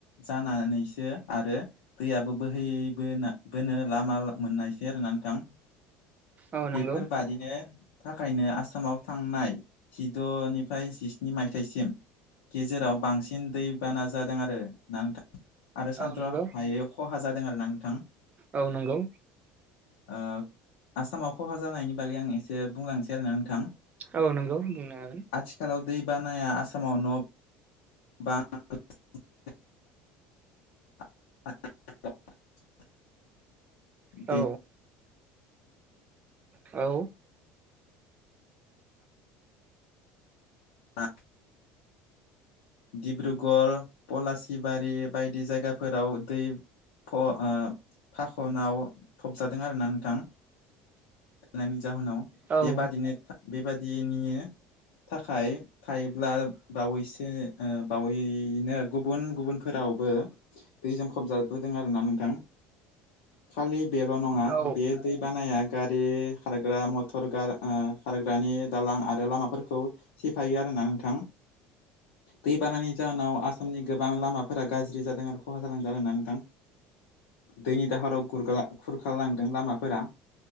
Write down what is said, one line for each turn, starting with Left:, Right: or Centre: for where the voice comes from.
Left: जानानैसो आरो दैआबो बोहैयो <unintelligible> नो लामा मोननायसै आरोना नोंथां
Right: औ नंगौ
Left: बेफोरबादिनो थाखायनो आसामाव थांनाय जिद'निफ्राय जिस्नि मायथायाइसिम गेजेराव बांसिन दैबाना जादों आरो ना नोंथां? आरो सानथ्र'
Right: औ नंगौ
Left: हायै खहा जादों आरोना नोंथां
Right: औ नंगौ
Left: ओ आसामाव खहा जानायनि बागै आं एसे बुंलांसै आरोना नोंथां
Right: औ नंगौ बुंनो हागोन
Left: आथिखालाव दैबानाया आसामाव न' बा <unintelligible> <unintelligible> बे
Right: औ औ <unintelligible>
Left: ओ डिब्रुगर पलासि थिबारि बायदि जायगाफोराव दै ओ फाखनाव फबजादों आरोना नोंथां? जायनि जाहोनाव
Right: औ
Left: बेबादिनो बेबादिनि थाखाय थायोब्ला बावैसो ओ बावैनो गुबुन गुबुनफोराव फोराव बो दैजों फबजाबो दों आरोना नोंथां खालि बेल' नङा
Right: औ
Left: बे दै बानाया गारि खारग्रा मथर गार ओ खाग्रानि दालां आरो लामाफोरखौ सिफायो आरोना नोंथां? दैबानानि जाहोनाव आसामनि गोबां लामाफोरा गाज्रि जादों आरो खहाजालादों आरो ना नोंथां दैनि दाहाराव खुरखालांदों लामाफोरा